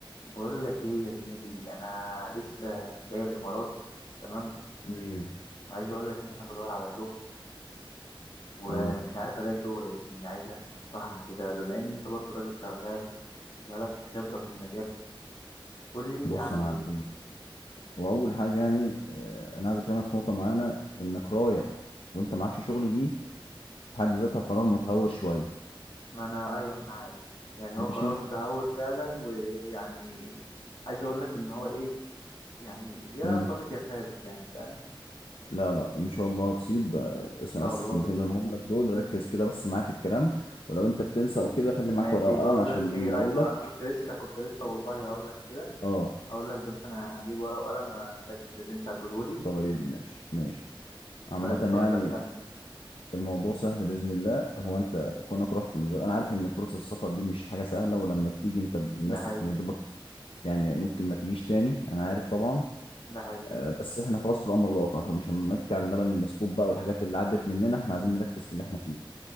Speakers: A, on the left; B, on the left.
A: بقول لك ايه يا زميلي انا لسه جاي الامارات تمام
B: امم
A: وعايز اقول لك ان انا بدور على شغل ومش
B: اه
A: عارف الاقي شغل يا زميلي عايزك تنصحني كده بما ان انت برضه راجل شغال وبقالك خبرة في المجال قول لي
B: بص
A: اعمل
B: يا معلم
A: ايه
B: هو اول حاجه يعني آه، انا عايز اكلمك في نقطه معينه انك رايح وانت معكش شغل دي في حد ذاتها قرار متهور شويه
A: ما انا ايوه ما انا عارف يعني هو
B: ماشي
A: قرار متهور فعلا ويعني عايز اقول لك ان هو ايه يعني يا
B: امم
A: صابت يا خابت يعني فاهم ان
B: لا لا ان شاء الله هتصيب آه، اسمع
A: شاء
B: بس
A: الله
B: الكلمتين
A: باذن
B: اللي هقولهم
A: الله
B: لك دول ركز كده بس معايا في الكلام ولو انت بتنسى او كده خلي
A: ماشي
B: معاك ورقه وقلم
A: بقول
B: عشان
A: لك ايه
B: لما اقول
A: ايوه
B: لك
A: انا كنت لسه كنت لسه والله هقول لك كده
B: اه
A: هقول لك بس انا هجيب ورقه وقلم اسجل اللي انت هتقوله لي
B: طيب ماشي ماشي عامه
A: طيب اتفضل
B: يعني
A: كمل
B: الموضوع سهل باذن الله هو انت كونك رحت من غير انا عارف ان فرص السفر دي مش حاجه سهله ولما بتيجي انت ب-
A: ده
B: الناس
A: حقيقي
B: يا دوبك يعني ممكن ما تجيش تاني انا عارف طبعا
A: ده حقيقي
B: آه، بس احنا خلاص في الامر الواقع فمش هنبكي على اللبن المسكوب بقى والحاجات اللي عدت مننا احنا عايزين نركز في اللي احنا فيه